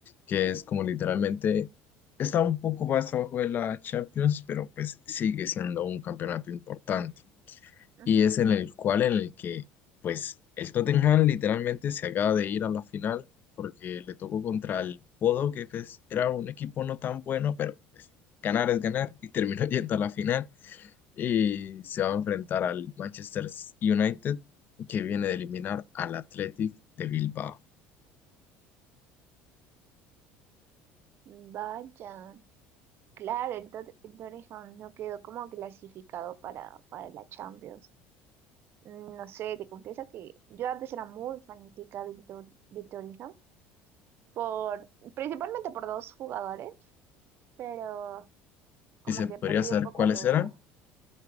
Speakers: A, on the left; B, on the right.
A: que es como literalmente está un poco más abajo de la Champions, pero pues sigue siendo un campeonato importante.
B: Ujú.
A: y es en el cual en el que pues el Tottenham literalmente se acaba de ir a la final porque le tocó contra el Bodo que pues era un equipo no tan bueno pero pues ganar es ganar y terminó <laughs> yendo a la final y se va a enfrentar al Manchester United que viene de eliminar al Athletic de Bilbao
B: Mm, vaya. Claro, entonces, entonces aún no quedó como clasificado para, para la Champions. Mm, No sé, te confieso que yo antes era muy fanática del, Tor- del Torino, por, principalmente por dos jugadores, pero como
A: y se
B: que
A: podría
B: perdí
A: saber
B: un poco
A: cuáles
B: el herido.
A: eran